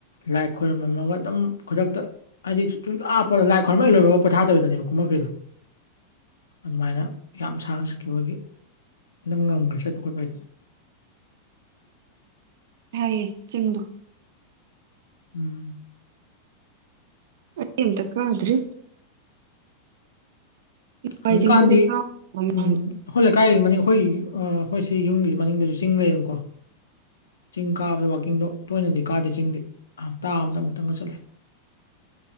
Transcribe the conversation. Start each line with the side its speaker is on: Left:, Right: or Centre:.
Left: ꯂꯥꯏ ꯈꯣꯏꯔꯝꯃꯝꯃꯒ ꯑꯗꯨꯝ ꯈꯨꯗꯛꯇ ꯑꯩꯗꯤ ꯁꯨꯛꯞꯄ ꯂꯥꯏ ꯈꯣꯔꯔꯩ ꯂꯣꯏꯔꯒ ꯄꯊꯥꯗꯕꯤꯗꯅꯦ ꯀꯨꯝꯃꯃꯛꯈ꯭ꯔꯤꯗꯣ ꯑꯗꯨꯃꯥꯏꯅ ꯌꯥꯝ ꯁꯥꯡꯅ ꯆꯠꯈꯤꯕꯒꯤ ꯑꯗꯨꯝ ꯉꯝꯈ꯭ꯔꯦ ꯆꯠꯄ ꯈꯣꯠꯄ ꯍꯥꯏꯗꯤ
Right: ꯍꯥꯏꯌꯦ ꯆꯤꯡꯗꯣ
Left: ꯎꯝ
Right: ꯑꯩ ꯑꯝꯇ ꯀꯥꯗ꯭ꯔꯤ ꯋꯥꯏꯖꯤꯡꯕꯨꯗꯤ
Left: ꯍꯧꯖꯤꯛꯀꯥꯟꯗꯤ
Right: ꯀꯥ ꯃꯃꯥꯡꯗ
Left: ꯎꯝ ꯑꯩꯈꯣꯏ ꯂꯩꯀꯥꯏꯒꯤ ꯃꯅꯤꯡ ꯑꯩꯈꯣꯏꯒꯤ ꯑꯩꯈꯣꯏ ꯁꯤ ꯌꯨꯝꯒꯤꯁꯨ ꯃꯅꯤꯡꯗꯁꯨ ꯆꯤꯡ ꯂꯩꯌꯦꯕꯀꯣ ꯆꯤꯡ ꯀꯥꯕꯗ ꯋꯥꯋꯀꯤꯡꯗꯣ ꯇꯣꯏꯅꯗꯤ ꯀꯥꯗꯦ ꯆꯤꯡꯗꯤ ꯍꯞꯇꯥ ꯑꯃꯗ ꯑꯃꯨꯛꯇꯪꯒ ꯆꯠꯂꯤ